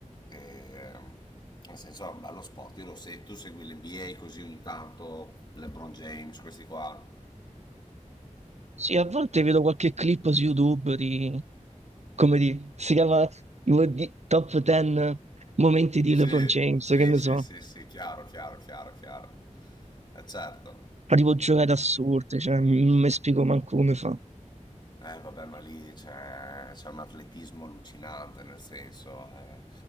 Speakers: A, on the left; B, on the right.
A: ehm, nel senso è un bello sport. Io lo se- tu segui l'NBA così ogni tanto, LeBron James, questi qua.
B: Sì, a volte vedo qualche clip su YouTube di, come di, si chiama tipo di- Top 10 momenti di
A: Sì,
B: LeBron James,
A: sì,
B: che ne
A: sì,
B: so.
A: sì, sì, chiaro, chiaro, chiaro, chiaro. Eh, certo.
B: Fa tipo giocate assurde, cioè, non mi spiego manco come fa.
A: Eh vabbè, ma lì c'è, c'è un atletismo allucinante, nel senso, eh,